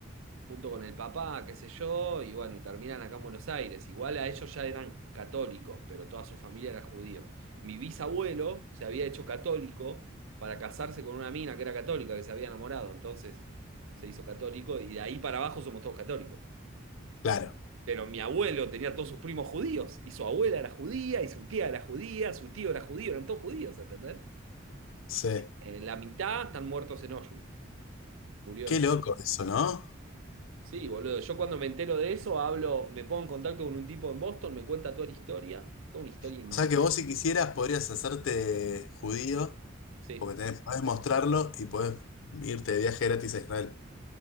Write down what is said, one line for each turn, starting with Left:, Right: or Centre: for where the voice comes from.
Right: junto con el papá, qué sé yo, y bueno, y terminan acá en Buenos Aires. Igual a ellos ya eran católicos, pero toda su familia era judío. Mi bisabuelo se había hecho católico para casarse con una mina que era católica, que se había enamorado, entonces se hizo católico y de ahí para abajo somos todos católicos.
Left: Claro.
Right: Pero mi abuelo tenía todos sus primos judíos, y su abuela era judía, y su tía era judía, su tío era judío, eran todos judíos, ¿entendés?
Left: Sí.
Right: Eh, la mitad están muertos en Auschwitz, murieron
Left: Qué loco
Right: en
Left: eso, ¿no?
Right: Sí, boludo. Yo cuando me entero de eso, hablo, me pongo en contacto con un tipo en Boston, me cuenta toda la historia. Toda una historia. in-
Left: O sea que vos si quisieras podrías hacerte judío,
Right: Sí,
Left: porque tenés, podés mostrarlo y podés irte de viaje gratis a Israel.